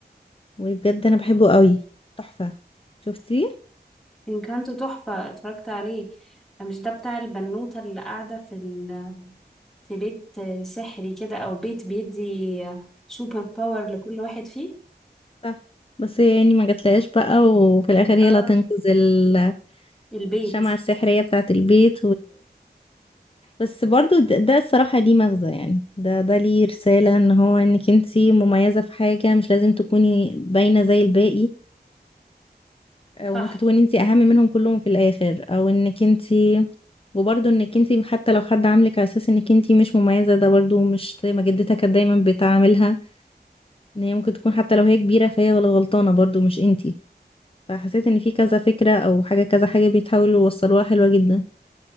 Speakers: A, on the left; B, in the centre.
A: وبجد انا بحبه قوي تحفه شفتيه
B: إن كانت تحفة اتفرجت عليه مش ده بتاع البنوتة اللي قاعدة في ال في بيت سحري كده او بيت بيدي سوبر باور لكل واحد فيه
A: صح بس هي يعني ما جاتلهاش بقى وفي الاخر هي
B: اه
A: اللي هتنقذ ال-
B: البيت
A: الشمعة السحرية بتاعة البيت بس برضو د- ده الصراحة ليه مغزى يعني ده ده ليه رسالة ان هو انك انتي مميزة في حاجة مش لازم تكوني باينة زي الباقي او
B: صح
A: ممكن تكوني انتي اهم منهم كلهم في الاخر او انك انتي وبرضو انك انتي حتى لو حد عاملك على اساس انك انتي مش مميزة ده برضو مش زي ما جدتها كانت دايما بتعاملها ان هي ممكن تكون حتى لو هي كبيرة فهي غل- غلطانة برضو مش انتي فحسيت ان في كذا فكرة او حاجة كذا حاجة بيتحاولوا يوصلوها حلوة جدا